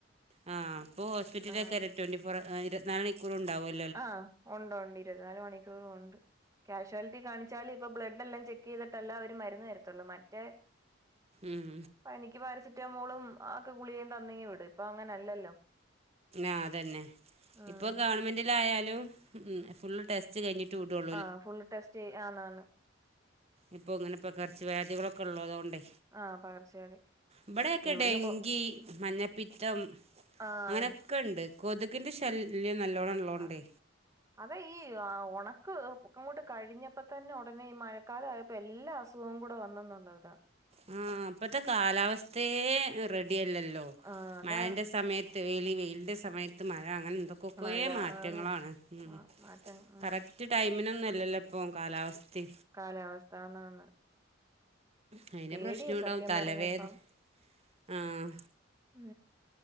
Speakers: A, on the right; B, on the right.
A: ആ അപ്പോ ഹോസ്പിറ്റലൊക്കെ
B: ആഹ്
A: ട്വൻ്റി ഫോർ ഇരുപത് നാല് മണിക്കൂറുംണ്ടാവുമല്ലോ
B: ആ ഉണ്ട് ഉണ്ട് ഇരുപത്തി നാല് മണിക്കൂറും ഉണ്ട് കാഷ്വാലിറ്റി കാണിച്ചാൽ ഇപ്പൊ ബ്ലഡ് എല്ലാം ചെക്ക് ചെയ്തിട്ടല്ല അവര് മരുന്ന് തരത്തുള്ളൂ മറ്റേ
A: ഉം
B: പനിക്ക് പാരസിെറ്റാമോളും ആക്കെ ഗുളികയും തന്നിങ്ങി വിടും ഇപ്പൊ അങ്ങനെയല്ലല്ലോ
A: ആ അതന്നെ
B: ഉം
A: ഇപ്പം ഗവൺമെന്റിലായാലും ഫുൾ ടെസ്റ്റ് കഴിഞ്ഞിട്ട് വിടുള്ളൂ
B: ആ ഫുൾ ടെസ്റ്റ് ചെയ്യാന്നാണ്
A: ഇപ്പൊ ഇങ്ങനെപ്പകർച്ച വ്യാധികളൊക്കെ ഉള്ളതുകൊണ്ടേ
B: ആഹ് പകർച്ചവ്യാധി
A: ഇവിടെൊക്കെ
B: അല്ല ഇവിടുന്ന്
A: ഡെങ്കി
B: കൊ
A: മഞ്ഞപ്പിത്തം
B: ആഹ്
A: അങ്ങനെ ഒക്കെണ്ട് കൊതുക്കിൻ്റെ ശല്യം നല്ലോണം ഉള്ളതോണ്ടേ
B: ആഹ് അതെ ഈ ഉണക്ക് പൊക്കംങ്ങോട്ട് കഴിഞ്ഞപ്പോ തന്നെ ഉടനെ ഈ മഴക്കാലയ പ്പ എല്ലാ അസുഖം കൂടെ വന്നന്നുള്ളതാ
A: ഉം ഇപ്പത്തെ കാലാവസ്ഥയെ റെഡിിയല്ലല്ലോ
B: ആ, അതാ
A: മഴന്റെ സമയത്ത് ത്ത് വെയില് വെയിലിന്റെ സമയത്ത്മഴ അങ്ങനെ എന്തോ കൊക്കോയെ
B: മഴ
A: മാറ്റങ്ങളാണ്
B: ആന്ന്
A: ഉം
B: മാ- മാറ്റം ഉം.
A: കറക്റ്റ് ടൈമിനൊന്നും അല്ലല്ലോ ഇപ്പ കാലാവസ്ഥ
B: കാലാവസ്ഥ ആന്ന് ആന്ന്
A: അതിന്റെ
B: പേടിയ
A: പ്രശ്നമുണ്ടാവും
B: സത്യം
A: തലവേദന
B: പറഞ്ഞ ഇപ്പം
A: ആഹ്
B: ഉ